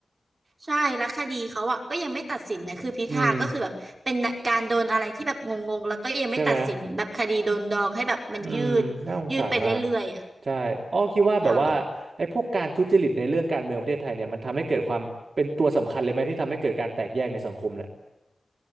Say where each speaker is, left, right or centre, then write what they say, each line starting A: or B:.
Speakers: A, on the right; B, on the right.
A: ใช่แล้วคดีเขาอะก็ยังไม่ตัดสินนะคือพิธาก็คือแบบเป็นการโดนอะไรที่แบบงงๆแล้วก็ยังไม่ตัดสินเหมือนแบบคดีโดนดองให้แบบมันยืดยืดไปเรื่อยๆอะ
B: อืมใช่ไหมอืมน่าสงสารมากใช่อ้อคิดว่าแบบว่าไอ้พวกการทุจริตในเรื่องการเมืองประเทศไทยเนี่ยมันทำให้เกิดความเป็นตัวสำคัญเลยไหมที่ทำให้เกิดการแตกแยกในสังคมเนี่ย
A: ใช่